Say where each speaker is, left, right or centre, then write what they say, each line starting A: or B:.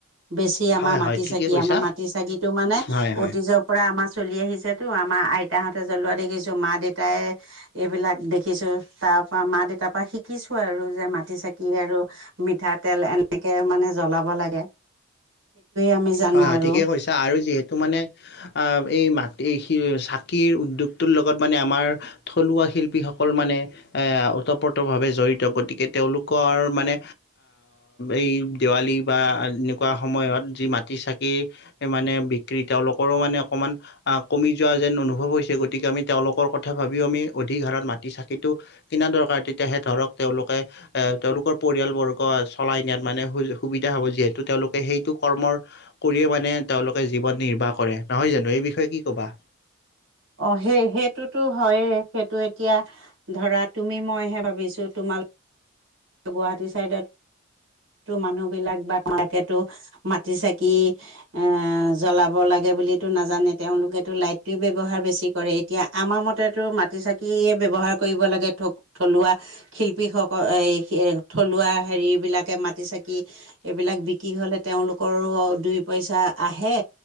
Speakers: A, on the right (about 70°); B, on the left (about 50°).
A: বেছি আমাৰ
B: হয়
A: মাটিৰ
B: হয় ঠিকে
A: চাকি
B: কৈছা
A: আমাৰ মাটিৰ চাকিটো মানে
B: হয় হয়
A: অতীজৰ পৰা আমাৰ। চলি আহিছেতো আমাৰ আইতাহঁতে জ্বলোৱা দেখিছো। মা দেউতাই এইবিলাক দেখিছো তাৰ পৰা মা দেউতাৰ পৰা শিকিছো আৰু যে মাটি চাকি আৰু মিঠাতেল এনেকে মানে। জলাব লাগে। আমি জানো
B: হয় হয়।
A: আৰু
B: ঠিকেই কৈছা আৰু যিহেতু মানে অ এই মা। চাকিৰ উদ্যোগটোৰ লগত মানে আমাৰ থলুৱা শিল্পীসকল মানে ওতঃপ্ৰতভাৱে জড়িত গতিকে তেওঁলোকৰ মানে এই দেৱালী বা এনেকুৱা সময়ত যি। মা মাটি চাকি মানে বিক্ৰী তেওঁলোকৰো মানে অকমান কমি যোৱা যেন অনুভৱ হৈছে, গতিকে আমি তেওঁলোকৰ কথা ভাবিও আমি অধিক হাৰত মাটি চাকিটো কিনা দৰকাৰ তেতিয়াহে ধৰক তেওঁলোকে এ তেওঁলোকৰ পৰিয়ালবৰ্গ চলাই নিয়াত মানে সুজ -সুবিধা হ'ব যিহেতু তেওঁলোকে সেইটো কৰ্মৰ। কৰিয়ে মানে তেওঁলোকে জীৱন নিৰ্বাহ কৰে। নহয় জানো? এই বিষয়ে কি কবা?
A: অ সেই- সেইটোতো হয়েই সেইটো এতিয়া ধৰা তুমি মইহে ভাবিছো তোমাল গুৱাহাটী চাইডত টো মানুহবিলাক বা মাকেতো মাটি চাকি এ জ্বলাব লাগে বুলিতো নাজানে, তেওঁলোকেতো লাইটটোৱে ব্যৱহাৰ বেছি কৰে। এতিয়া আমাৰ মতেতো মাটিৰ চাকিয়ে ব্যৱহাৰ কৰিব লাগে থক -থলুৱা শিল্পীসকল এই। থলুৱা হেৰিবিলাকে মাটিৰ চাকি এইবিলাক বিকি হ'লে তেওঁলোকৰো দুই পইচা আহে